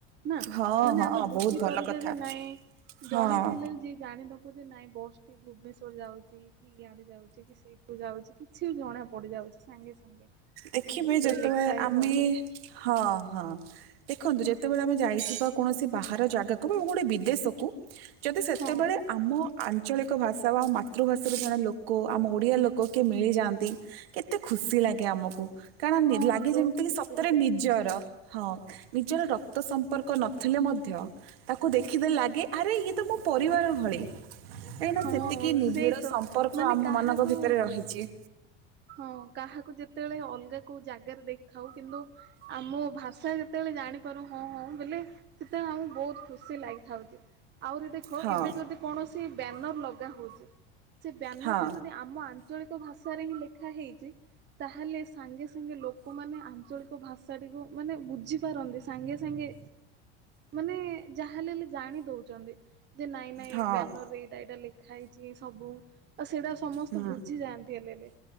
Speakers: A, on the right (about 35°); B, on the right (about 85°).
A: ନା
B: ହଁ,
A: ମାନେ
B: ହଁ
A: ଆମେ ବୁଝିପାରୁଛେ
B: ବହୁତ ଭଲ କଥା
A: ଯେ ନାଇଁ
B: ହଁ।
A: ଜଣେ ଭି ହେଲେ ଯିଏ ଜାଣିଦବ ଯେ ନାଇଁ ବସ୍ ଟି ଭୁବନେଶ୍ଵର ଯାଉଛି କି ଇଆଡେ ଯାଉଛି କି ସି ସେଇଠୁ ଯାଉଛି କିଛି ବି ଜଣା ପଡି ଯାଉଛି ସାଙ୍ଗେ ସାଙ୍ଗେ।
B: ଦେଖିବେ ଯେତେବେଳେ
A: ଲେଖା ହେଇଥାଉଛି
B: ଆମେ ହଁ ହଁ ଦେଖନ୍ତୁ ଯେତେବେଳେ ଆମେ ଯାଇଥିବା କୌଣସି ବାହାର ଜାଗାକୁ ବା ଗୋଟଏ ବିଦେଶକୁ ଯଦି ସେତେବେଳେ
A: ହଁ
B: ଆମ ଆଞ୍ଚଳିକ ଭାଷା ବା ଆ ମାତୃଭାଷାରୁ ଜଣେ ଲୋକ ଆମ ଓଡ଼ିଆ ଲୋକ କିଏ ମିଳିଯାଆନ୍ତି କେତେ ଖୁସି ଲାଗେ ଆମକୁ କାରଣ ନି
A: ହଁ
B: ଲାଗେ
A: ବହୁତ
B: ଯେମତି କି
A: ଖୁସି
B: ସତରେ
A: ଲାଗେ
B: ନିଜର ହଁ ନିଜର ରକ୍ତ ସମ୍ପର୍କ ନଥିଲେ ମଧ୍ୟ ତାକୁ ଦେଖିଦେ ଲାଗେ ଆରେ ଇଏ ତ ମୋ ପରିବାର ଭଳି କାଇଁ ନା
A: ହଁ
B: ସେତିକି ନିବିଡ
A: ସେଇ ତ
B: ସମ୍ପର୍କ
A: ମାନେ
B: ଆମ
A: କାହାକୁ
B: ମାନଙ୍କ ଭିତରେ ରହିଛି।
A: ହଁ କାହାକୁ ଯେତେବେଳେ ଅଲଗା କୋଉ ଜାଗାରେ ଦେଇଖିଥାଉ କିନ୍ତୁ ଆମ ଭାଷା ଯେତେବେଳେ ଜାଣିପାରୁ ହଁ ହଁ ବୋଇଲେ ସେତେବେଳେ ଆମକୁ ବହୁତ ଖୁସି ଲାଗିଥାଉଛି। ଆହୁରି ଦେଖ
B: ହଁ
A: ଏବେ ଯଦି କୌଣସି ବ୍ୟାନର ଲଗା ହଉଛି ସେ ବ୍ୟାନର
B: ହଁ
A: ଟି ଯଦି ଆମ ଆଞ୍ଚଳିକ ଭାଷାରେ ହିଁ ଲେଖା ହେଇଛି ତାହେଲେ ସାଙ୍ଗେ ସାଙ୍ଗେ ଲୋକମାନେ ଆଞ୍ଚଳିକ ଭାଷାଟିକୁ ମାନେ ବୁଝିପାରନ୍ତି। ସାଙ୍ଗେ ସାଙ୍ଗେ ମାନେ ଯାହାଲେଲେ ଜାଣି ଦଉଛନ୍ତି। ଯେ ନାଇଁ ନାଇଁ
B: ହଁ
A: ବ୍ୟାନର ରେ ଏଇଟା ଏଇଟା ଲେଖା ହେଇଛି ସବୁ ଆ ସେଇଟା ସମସ୍ତେ
B: ହୁଁ
A: ବୁଝି ଯାଆନ୍ତି ହେଲେ ହେଲେ